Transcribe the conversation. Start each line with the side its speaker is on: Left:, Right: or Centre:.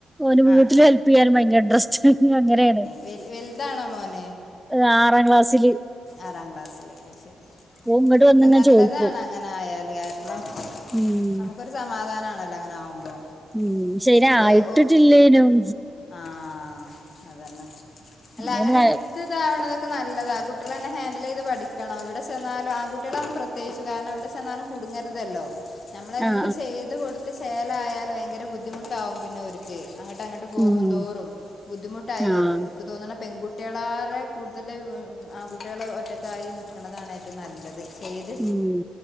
Centre: ഓന് വീട്ടില്
Left: ആ
Centre: ഹെൽപ് ചെയ്യാൻ ഭയങ്കര ഇൻ ഡ്രസ്റ്റ് അങ്ങനെയാണ്
Left: വ വലുതാണോ മോന
Centre: ഏ ആറാം ക്ലാസ്സില്
Left: ആറാം ക്ലാസ്സില് ശരി
Centre: ഇങ്ങോട്ട് വന്നിങ്ങനെ
Left: അല്ല നല്ലതാണ്
Centre: ചോദിക്കും
Left: അങ്ങനെ ആയല് കാരണം
Centre: ഉം
Left: നമുക്കൊരു സമാധാനമാണല്ലോ അങ്ങനെ ആകുമ്പോ
Centre: ഉം ശരി
Left: മറ്റേത്
Centre: ആയിട്ടില്ലേനും
Left: ഓ ആഹ് അതന്നെ അല്ല
Centre: ആഹ്
Left: അങ്ങനെ എടുത്തതാവണതൊക്കെ നല്ലതാ കുട്ട കുട്ടികള തന്നെ ഹാൻഡിൽ ചെയ്ത് പഠിക്കണം ഇവിടെ ചെന്നാലും ആ കുട്ടികള അവൻ പ്രത്യേകിച്ചു കാരണം ഇവിടെ ചെന്നാലും കുടുങ്ങരുതല്ലോ നമ്മളെല്ലാം
Centre: ആഹ്
Left: ചെയ്ത് കൊടുത്ത് ശേലായാൽ ഭയങ്കര ബുദ്ധിമുട്ടാവും പിന്നെ ഒരുച്ച് അങ്ങട്ട അങ്ങട്ട്
Centre: ഉം ഉം
Left: കുന്തോറും ബുദ്ധിമുട്ടായി
Centre: ആഹ്
Left: വരും എനിക്ക് തോന്നുന്ന പെൺകുട്ടികളാര കൂടുതൽ ആൺകുട്ടികൾ ഒറ്റക്ക ആയി നിൽക്കുന്നതാണ് ഏറ്റവും നല്ലത് ചെയ്ത്
Centre: ഉം